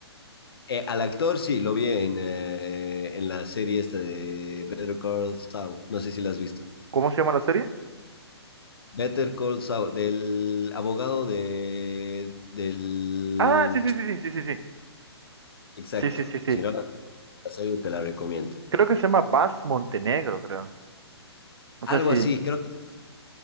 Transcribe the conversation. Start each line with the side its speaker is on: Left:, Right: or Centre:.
Left: Eh, al actor sí, lo vi en, eh, en la serie esta de Better Call Saul. No sé si la has visto.
Right: ¿Cómo se llama la serie?
Left: Better Call Saul, del abogado de, del...
Right: Ah, sí, sí, sí, sí, sí, sí, sí.
Left: Exacto.
Right: Sí, sí, sí, sí.
Left: Si no, la serie te la recomiendo.
Right: Creo que se llama Bas Montenegro, creo. No
Left: Algo
Right: sé si.
Left: así, creo que